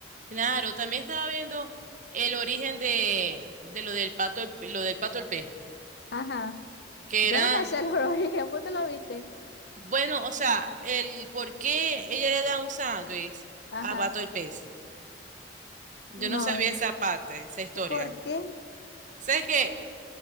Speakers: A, on the right; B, on the left.
A: claro, también estaba viendo el origen de, de lo del pato, al pe- lo del pato al pez.
B: Ajá,
A: que
B: yo
A: era,
B: no me sé el <laughs> origen, ¿vos te lo viste?
A: bueno, o sea, el por qué ella le da un sándwich
B: Ajá,
A: a Pato el pez. Yo
B: no,
A: no sabía esa parte, esa historia.
B: ¿por qué?
A: ¿Sabes qué?